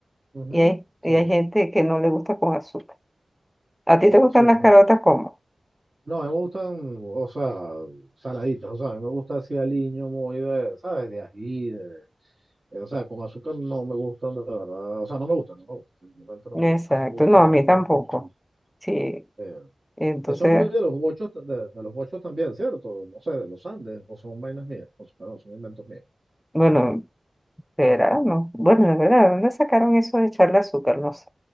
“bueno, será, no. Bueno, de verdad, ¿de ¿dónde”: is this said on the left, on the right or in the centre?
Centre